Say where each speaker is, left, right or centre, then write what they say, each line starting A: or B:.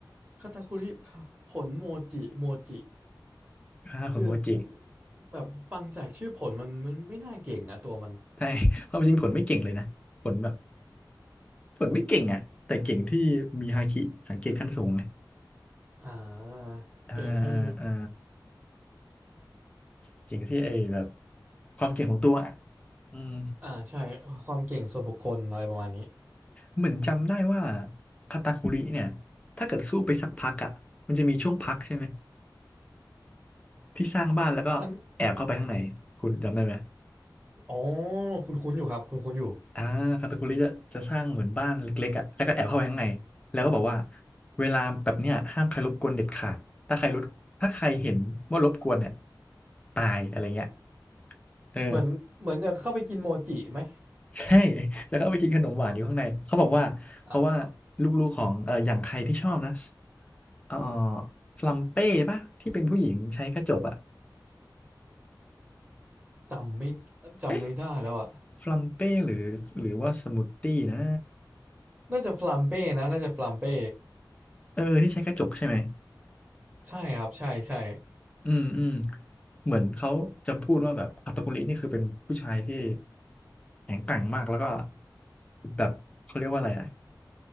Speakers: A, on the right (about 25°); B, on the left (about 15°).
A: คาตาคุริผลโมจิโมจิ
B: ฆ่าคนโมจิ
A: คือแบบฟังจากชื่อผลมันมันไม่น่าเก่งอะตัวมัน
B: ใช่ <laughs> ความจริงผลไม่เก่งเลยนะผลแบบผลไม่เก่งอ่ะแต่เก่งที่มีฮาคิสังเกตขั้นสูงไง
A: อ่าเก่งที่
B: อ่าอ่าอ่าเก่งที่ไอ้แบบความเก่งของตัวอ่ะอืม
A: อ่าใช่ความเก่งส่วนบุคคลอะไรประมาณนี้
B: เหมือนจำได้ว่าคาตาคุริเนี่ยถ้าเกิดสู้ไปสักพักอ่ะมันจะมีช่วงพักใช่ไหมที่สร้างบ้านแล้วก็แอบเข้าไปข้างในคุณจำได้ไหม
A: อันอ๋อคุณคุ้นๆอยู่ครับคุณคุ้นๆอยู่
B: อ่าคาตาคุริจะจะสร้างเหมือนบ้านเล็กๆอ่ะแล้วก็แอบเข้าไปข้างในแล้วก็บอกว่าเวลาแบบเนี้ยห้ามใครรบกวนเด็ดขาดถ้าใครรบถ้าใครเห็นว่ารบกวนเนี่ยตายอะไรเงี้ยเออ
A: เหมือนเหมือนจะเข้าไปกินโมจิไหม
B: ใช่ <laughs> แล้วก็เอาไปกินขนมหวานอยู่ข้างในเขาบอกว่าเพราะว่าลูกๆของเอ่ออย่างใครที่ชอบนะ
A: อ่ะ
B: เอ่อฟลัมเป้ปะที่เป็นผู้หญิงใช้กระจกอะ
A: จำไม่จำไม่ได้แล้วอ่ะ
B: เอ๊ะฟลัมเป้หรือหรือว่าสมูทตี้นะ
A: น่าจะฟลัมเป้นะน่าจะฟลัมเป้
B: เออที่ใช้กระจกใช่ไหม
A: ใช่ครับใช่ใช่
B: อืมอืมเหมือนเขาจะพูดว่าแบบคาตากุรินี่คือเป็นผู้ชายที่แข็งแกร่งมากแล้วก็แบบเขาเรียกว่าอะไรอะ